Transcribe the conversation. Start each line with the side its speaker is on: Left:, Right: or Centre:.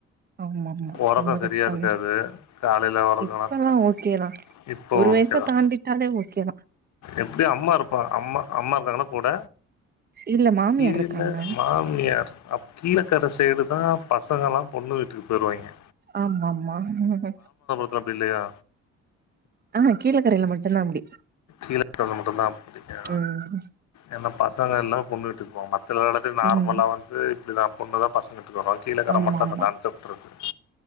Right: ஆமா ஆமா
Left: ஒரக்கோ
Right: ரொம்ப
Left: சரியா
Right: கஷ்டம்தா
Left: இருக்காது காலேல ஒரங்குனாத்தா
Right: இப்பல்லா ஓகேதா
Left: இப்போ
Right: ஒரு
Left: ஓகேதா
Right: வயச தாண்டிட்டாலே ஓகேதா
Left: எப்டி அம்மா இருப்பா அம்மா அம்மா மேல போல
Right: இல்ல மாமியார்
Left: கீழ
Right: இருக்காங்க
Left: மாமியார் அப் கீழகற சைடு தா பசங்கலா பொண்ணு வீட்டுக்கு போய்ர்வாய்ங்க
Right: ஆமாம்மாம் இங்கிட்டு
Left: அப்டில்லையா
Right: ஆமா கீழகறேல மட்டுந்தா அப்டி
Left: கீழகற மட்டுந்தா அப்புடி ய
Right: ம்
Left: ஏனா பசங்கெல்லா பொன்னு விட்டுக் போவ்ங் மத்த வேல து நார்மலா
Right: ம்
Left: வந்து இப்டிதா பொண்ணு தா பசங் வீட்டுக் வராங் கீழக்கற
Right: ஆமா
Left: மட்டு அந்த
Right: ஆமா
Left: கான்செப் ட்ருக்கு